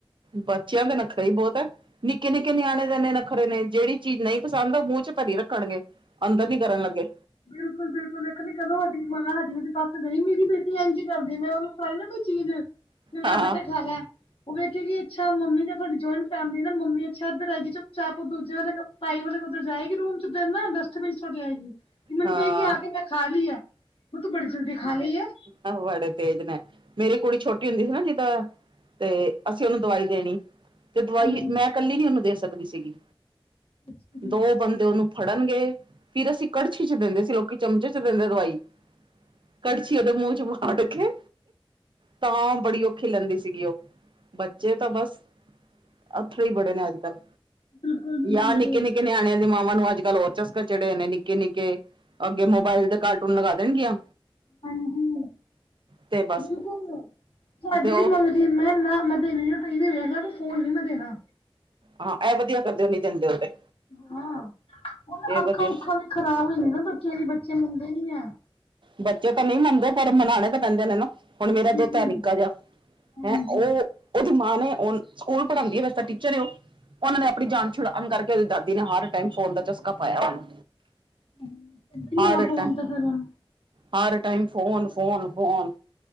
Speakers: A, on the right; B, on the left.
A: ਬੱਚਿਆਂ ਦਾ ਨੱਖਰਾ ਈ ਬੋਤ ਐ ਨਿੱੱਕੇ ਨਿੱੱਕੇ ਨਿਆਣੇ ਦੇ ਐਨੇ ਐਨੇ ਵੱਖਰੇ ਨੇ ਜਿਹੜੀ ਚੀਜ਼ ਨਈ ਪਸੰਦ ਓ ਮੂੰਹ ਚ ਭਰੀ ਰੱਖਣਗੇ ਅੰਦਰ ਨੀ ਕਰਨ ਲੱਗੇ
B: ਬਿਲਕੁਲ-ਬਿਲਕੁਲ, ਇੱਕ ਕਦੋਂ ਸਾਡੀ ਮਾਂ ਸਾਡੀ ਉਹਦੇ ਪਾਸੇ ਗਈ ਮੇਰੀ ਬੇਟੀ ਇੰਝੀ ਕਰਦੀ ਮੈਂ ਉਹਨੂੰ ਨਾ ਕੋਈ ਚੀਜ਼ ਲੈ
A: ਹਾਂ
B: ਬੇਟੇ ਖਾ ਲੈ ਉਹ ਵੇਖਿਆ ਕਿ ਅੱਛਾ ਮੰਮੀ <unintelligible> <unintelligible> ਨਾ ਮੰਮੀ ਅੱਛੇ ਇੱਧਰ ਆਏਗੀ ਚੁੱਪ ਚਾਪ ਦੂਜੇ ਵਾਲੇ <unintelligible> ਵਾਲੇ ਉੱਧਰ ਜਾਏਗੀ ਰੂਮ ਚ ਉਧਰ ਨਾ ਸੁੱਟ ਆਏਗੀ ਮੈਨੂੰ
A: ਹਾਂ
B: ਕਹੇਗੀ ਆ ਕੇ ਮੈਂ ਖਾ ਲਈ ਐ ਓ ਤੂੰ ਬੜੀ ਜਲਦੀ ਖਾ ਲਈ ਐ
A: ਆਹੋ ਬੜੇ ਤੇਜ਼ ਨੇ ਮੇਰੀ ਕੁੜੀ ਛੋਟੀ ਹੁੰਦੀ ਸੀ ਨਾ ਜਿੱਦਾਂ ਤੇ ਅਸੀਂ ਓਨੂੰ ਦਵਾਈ ਦੇਣੀ ਤੇ ਦਵਾਈ
B: ਹਾਂਜੀ
A: ਮੈਂ ਕੱਲੀ ਨੀ ਓਨੂੰ ਦੇ ਸਕਦੀ ਸੀਗੀ
B: ਅੱਛਾ ਜੀ
A: ਦੋ ਤੇ ਓਨੂੰ ਫੜਨਗੇ ਫਿਰ ਅਸੀਂ ਕੜਛੀ ਚ ਦਿੰਦੇ ਸੀ ਲੋਕੀ ਚਮਚੇ ਚ ਦਿੰਦੇ ਦਵਾਈ ਕੜਛਿ ਓਦੇ ਮੂੰਹ ਚ ਅੱਡ ਕੇ ਤਾਂ ਬੜੀ ਔਖੀ ਲਗਦੀ ਸੀਗੀ ਓ ਬੱਚੇ ਤਾਂ ਬਸ ਅੱਥਰ ਈ ਬੜੇ ਨੇ ਅੱਜ ਕੱਲ੍ਹ
B: ਬਿਲਕੁਲ ਜੀ
A: ਜਾਂ
B: ਬਿਲਕੁਲ
A: ਨਿੱੱਕੇ ਨਿੱੱਕੇ ਨਿਆਣਿਆਂ ਦੀ ਮਾਵਾਂ ਨੂੰ ਅੱਜ ਓ ਹੋਰ ਚਸਕਾ ਚੜੇ ਹੋਏ ਨੇ ਨਿੱੱਕੇ ਨਿੱੱਕੇ ਅੱਗੇ ਮੋਬਾਇਲ ਦੇ ਕਾਰਟੂਨ ਲਗਾ ਦੇਣਗੀਆਂ
B: ਹਾਂਜੀ
A: ਤੇ ਬਸ
B: ਬਿਲਕੁਲ ਤੁਹਾਡੇ
A: ਤੇ ਉਹ
B: ਵੀ ਮਗਰ ਮੈਂ ਨਾ ਮੈਂ ਦੇਣੀ ਟੀ ਵੀ ਵੇਖਦਾ ਤੂੰ ਫੋਨ ਨੀ ਮੈਂ ਦੇਣਾ
A: ਹਾਂ, ਐ ਵਧੀਆ ਕਰਦੇ ਓ ਨੀ ਦਿੰਦੇ ਹੋ ਤੇ
B: ਹਾਂ, ਉਹ
A: ਇਹ
B: ਅੱਖਾਂ
A: ਵਧੀਆ
B: ਉੱਖਾਂ ਵੀ ਖਰਾਬ ਹੋ ਜਾਂਦੀਆਂ ਨਾ ਬੱਚਿਆਂ ਦੀ ਬੱਚੇ ਮੰਨਦੇ ਨੀ ਐ
A: ਬੱਚੇ ਤਾਂ ਨਹੀਂ ਮੰਨਦੇ ਪਰ ਮਨਾਉਣੇ ਤਾਂ ਪੈਂਦੇ ਨੇ ਨਾ ਹੁਣ ਮੇਰਾ
B: ਬਿਲਕੁਲ
A: ਦੋਤਾ ਹੈ ਨਿੱਕਾ ਜਿਹਾ
B: ਹਾਂਜੀ
A: ਹੈਂ ਉਹ ਉਹਦੀ ਮਾਂ ਨੇ ਉਹ ਸਕੂਲ ਪੜ੍ਹਾਂਦੀ ਵੈਸ ਤਾਂ ਟੀਚਰ ਉਹ ਉਹਨਾਂ ਨੇ ਆਪਣੀ ਜਾਨ ਛੁੜਾਉਣ ਕਰਕੇ ਉਹਦੀ ਦਾਦੀ ਨੇ ਹਰ ਟਾਈਮ ਫੋਨ ਦਾ ਚਸਕਾ ਪਾਇਆ ਉਹਨੂੰ
B: ਇਦਾਂ ਹੀ
A: ਹਰ
B: ਹੋਣਾ ਫੋਨ
A: ਟਾਈਮ
B: ਤਾਂ ਫੇਰੁ
A: ਹਰ ਟਾਈਮ ਫੋਨ-ਫੋਨ-ਫੋਨ